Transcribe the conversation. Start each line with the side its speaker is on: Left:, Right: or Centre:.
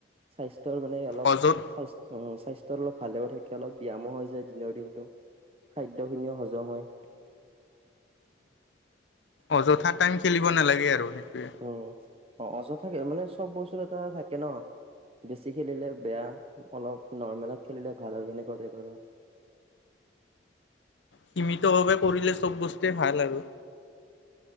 Right: স্বাস্থ্যৰ মানে অলপ
Left: অযত
Right: স্বাস্থ। স্বাস্থ্যৰ অলপ ভালেও থাকে অলপ ব্যায়ামো হৈ যায় দিনৰ দিনটো খাদ্যখিনিও হজম হয়! <unintelligible> <inaudible>
Left: অযথা টাইম খেলিব নালাগে আৰু- সেইটোৱে
Right: উম অ অযথাাকে মানে চব বস্তু এটা থাকে ন- বেছি খেলিলে বেয়া অলপ নৰ্মেলত খেলিলে ভাল আৰু সেনেকুৱা- বাৰু
Left: সীমিতভাৱে কৰিলে চব বস্তুৱেই ভাল আৰু-